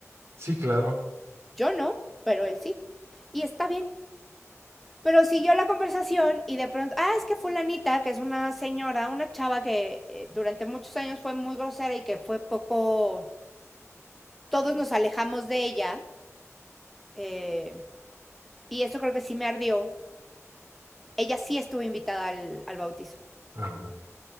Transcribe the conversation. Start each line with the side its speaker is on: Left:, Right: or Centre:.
Right: Sí, claro.
Centre: Yo no, pero él sí. Y está bien. Pero siguió la conversación y de pronto, ah, es que fulanita, que es una señora, una chava que eh, durante muchos años fue muy grosera y que fue poco, todos nos alejamos de ella, eh, y eso creo que sí me ardió, ella sí estuvo invitada al, al bautizo.
Right: Ajá.